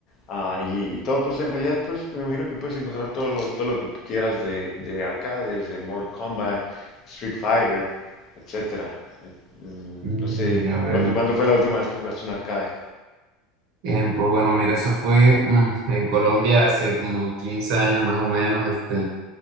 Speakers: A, on the left; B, on the right.
A: Ah, y, y todo, pues en realidad, pues me imagino que puedes encontrar todo lo, todo lo que quieras de, de arcades, de Mortal Kombat, Street Fighter, etcétera. Eh, mm,
B: Mm,
A: No sé,
B: ya veo.
A: ¿cuándo, cuándo fue la última vez que jugaste un arcade?
B: Bien, pues bueno, mira, eso fue mm, en Colombia hace como 15 años más o menos. Este,